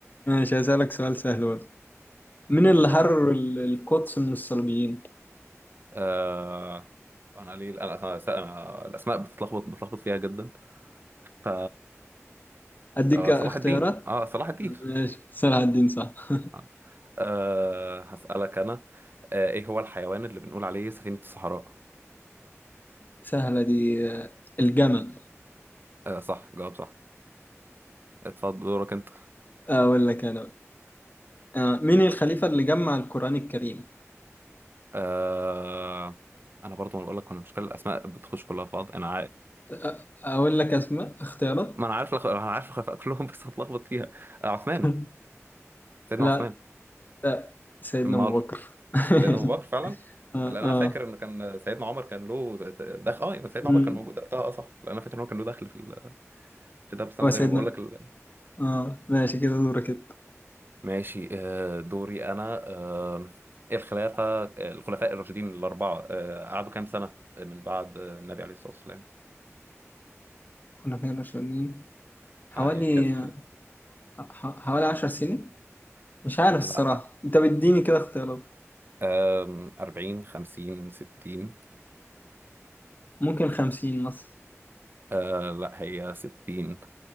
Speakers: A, on the left; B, on the right.
A: ماشي هسألك سؤال سهل برضه مين اللي
B: براحتك
A: حرر ال- القدس من الصليبيين؟
B: آه، انا ليه انا انا أنا الاسماء بتتلخبط بتلخبط فيها جدا ف
A: أديك
B: آه،
A: اختيارات
B: صلاح الدين اه صلاح الدين
A: ماشي صلاح الدين صح
B: آه. آه، هسألك انا آه، ايه هو الحيوان اللي بنقول عليه سفينة الصحراء
A: سهلة دي آه، الجمل
B: آه، صح جاوب صح اتفضل دورك انت
A: أقول لك أنا بقى. آه، مين الخليفة اللي جمع القرآن الكريم؟
B: آه، انا برضو ما بقول لك المشكله الاسماء بتخش كلها في بعض انا
A: آه، أقول لك أسماء اختيارات
B: ما انا عارف لخ... انا عارف الخلفاء كلهم <laughs> بس هتلخبط فيها آه، عثمان
A: <laughs>
B: سيدنا
A: لا
B: عثمان
A: لا سيدنا
B: امال
A: أبو بكر <laughs>
B: سيدنا ابو بكر فعلا
A: آه
B: لان
A: آه
B: انا فاكر ان كان سيدنا عمر كان له دخل اه يبقى سيدنا
A: مم.
B: عمر كان موجود وقتها اه صح لان انا فاكر ان هو كان له دخل في ال... في ده بس انا
A: وسيدنا
B: زي ما بقول لك ال...
A: آه ماشي كده دورك كده
B: ماشي آه، دوري انا آه، الخلافه آه، الخلفاء الراشدين الاربعه آه، قعدوا كام سنه من بعد آه، النبي عليه الصلاه والسلام
A: كنا فين رشيدين حوالي
B: آه، يعني كانت الخلافه
A: آه، ح- حوالي عشر سنين مش عارف الصراحة
B: لا
A: أنت بتديني كده اختيارات
B: أم، 40 50 60
A: ممكن خمسين مثلا
B: آه لا هي 60